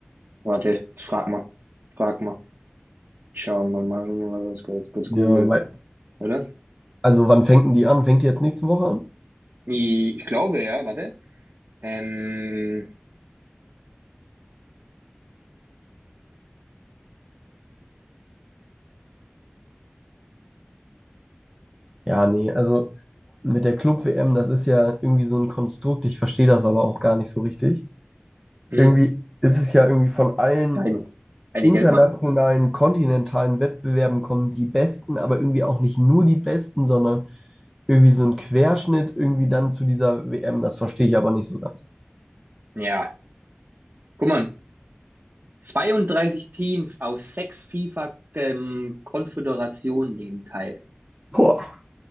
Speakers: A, on the right; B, in the centre.
A: Warte, frag mal. Frag mal. Schauen wir mal, lass kurz, kurz
B: Ja,
A: googeln,
B: weil,
A: oder?
B: also wann fängt denn die an? Fängt die jetzt nächste Woche an?
A: I- Ich glaube, ja, warte. Ähm,
B: Ja, nee, also mit der Club-WM, das ist ja irgendwie so ein Konstrukt, ich verstehe das aber auch gar nicht so richtig.
A: hm,
B: Irgendwie ist es ja irgendwie von allen
A: eines. Eine
B: internationalen,
A: Geldmache.
B: kontinentalen Wettbewerben kommen die Besten, aber irgendwie auch nicht nur die Besten, sondern irgendwie so ein Querschnitt irgendwie dann zu dieser WM. Das verstehe ich aber nicht so ganz.
A: Ja, guck mal. 32 Teams aus sechs FIFA, ähm, Konföderationen nehmen teil.
B: Boah,